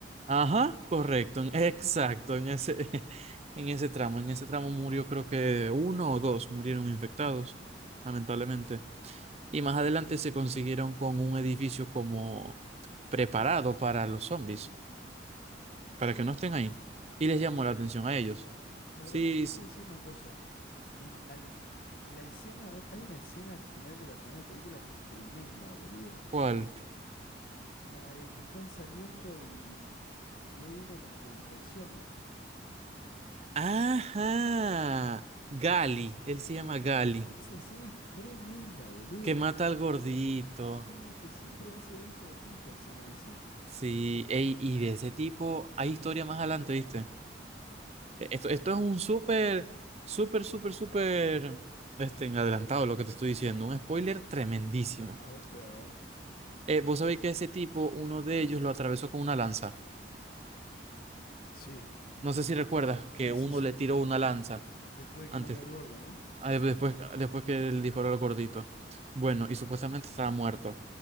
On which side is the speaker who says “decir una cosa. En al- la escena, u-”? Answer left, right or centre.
Left